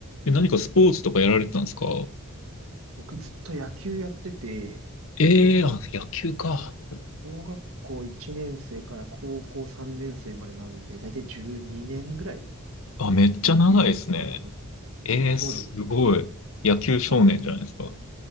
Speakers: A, on the left; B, on the right.
A: え、何かスポーツとかやられてたんですか
B: 僕ずっと野球やってて、
A: ええー、
B: それこそ
A: あ、野球か。
B: 小学校1年生から高校3年生までなんで、だいたい12年ぐらい
A: あ、めっちゃ長いですね。
B: 野球やってましたね。
A: ええー、すごい。
B: そうです。
A: 野球少年じゃないですか。
B: まあ、